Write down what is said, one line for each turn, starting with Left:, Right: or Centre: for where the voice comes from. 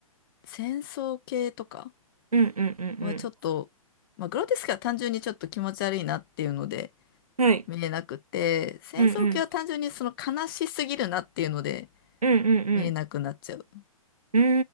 Left: 戦争系とか
Right: うんうんう
Left: はちょっと、
Right: ん
Left: まあ、グロテスクは単純にちょっと気持ち悪いなっていうので
Right: うん。はい。
Left: 見れなくて、戦争系は単純にその悲しすぎるなっていうので
Right: うんうん。うんうん
Left: 見れなくなっちゃう。
Right: うん。